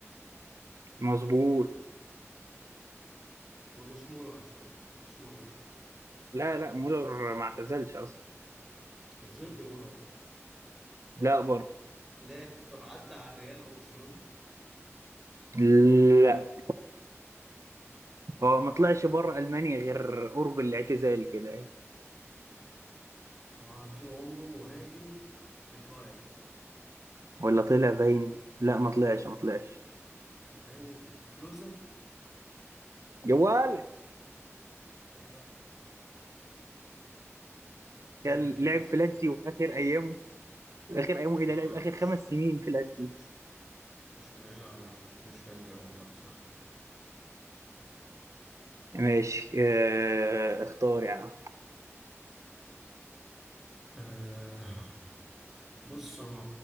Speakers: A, on the right (about 80°); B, in the centre.
A: مظبوط
B: هو مش مولر صح مش مولر
A: لا لا مولر ما اعتزلش أصلا
B: مش جيرد مولر
A: لا برضه
B: لعب طب عدى على الريال او برشلونه
A: لا
B: لا
A: هو ما طلعش بره ألمانيا غير قرب الاعتزال كده يعني.
B: هو طول عمره مهاجم في البايرن
A: ولا طلع باين لا ما طلعش ما طلعش
B: مهاجم في البايرن كلوزا
A: جوال
B: عيب بقى مين
A: كان
B: كده
A: لعب في لاتسيو وفي آخر أيامه في آخر أيامه
B: ما
A: إيه ده لعب
B: اعرفش
A: آخر خمس سنين في لاتسيو
B: مش مش م... لا لا مش مش فاكر والله بصراحة
A: ماشي آه اختار يعني
B: أه... بص انا